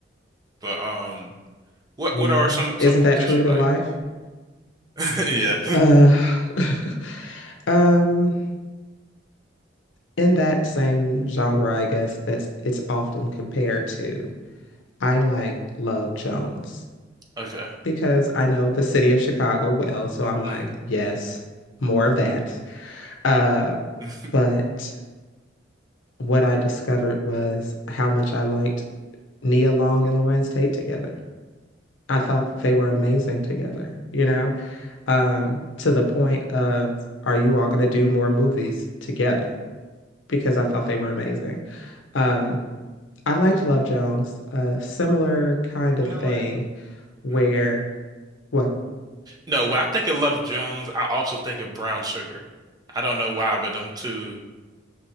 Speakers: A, on the right; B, on the left.
A: But um, what
B: Man,
A: what are some some
B: isn't
A: movies
B: that
A: that
B: true
A: you like?
B: to life?
A: <laughs> Yeah.
B: Uh, <sighs> <laughs> um, in that same genre, I guess that's it's often compared to. I like Love Jones
A: Okay.
B: because I know the city of Chicago well, so I'm like,
A: Mhm.
B: yes, more of that. Uh,
A: <laughs>
B: but what I discovered was how much I liked Nia Long and Lorenz Tate together. I thought they were amazing together, you know, um, to the point of, are you all going to do more movies together? Because I thought they were amazing. Um, I liked Love Jones, a similar kind of
A: You
B: thing
A: know what?
B: where,
A: Mm.
B: what?
A: No, when I think of Love Jones, I also think of Brown Sugar. I don't know why, but them two.